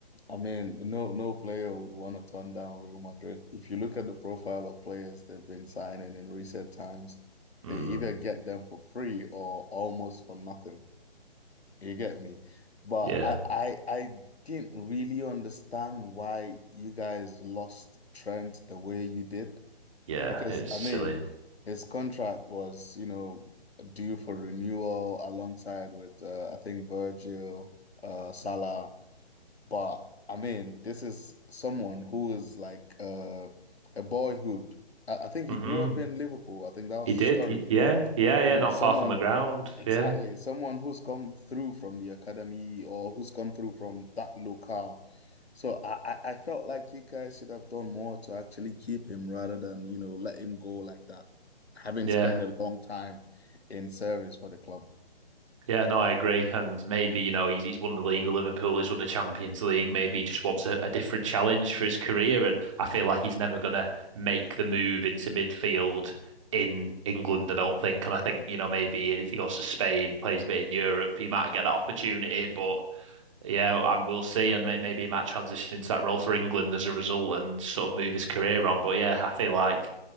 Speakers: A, on the left; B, on the right.
A: I mean, no no player would want to turn down Real Madrid. If you look at the profile of players they've been signing in recent times,
B: Mm,
A: they either get them for free or almost for nothing. You get me? But
B: yeah,
A: I, I I didn't really understand why you guys lost Trent the way you did.
B: yeah,
A: Because
B: it's
A: I
B: silly.
A: mean, his contract was, you know, due for renewal alongside with uh, I think Virgil, uh, Salah. But I mean, this is someone who is like uh, a boyhood. I, I think
B: hmm
A: he grew up in Liverpool. I think that was
B: He did.
A: the story.
B: He, yeah,
A: Like,
B: yeah, yeah.
A: you
B: Not
A: know, someone
B: far from the ground.
A: Exactly.
B: Yeah,
A: Someone who's come through from the academy or who's come through from that locale. So I, I I felt like you guys should have done more to actually keep him rather than, you know, let him go like that, having
B: yeah.
A: spent a long time in service for the club.
B: Yeah, no, I agree. And maybe, you know, he's he's won the league with Liverpool, he's won the Champions League. Maybe he just wants a, a different challenge for his career. And I feel like he's never gonna make the move into midfield in England, I don't think. And I think, you know, maybe if he goes to Spain, plays a bit in Europe, he might get that opportunity. But yeah, and we'll see, and may- maybe he might transition into that role for England as a result, and sort of move his career on. But yeah, I feel like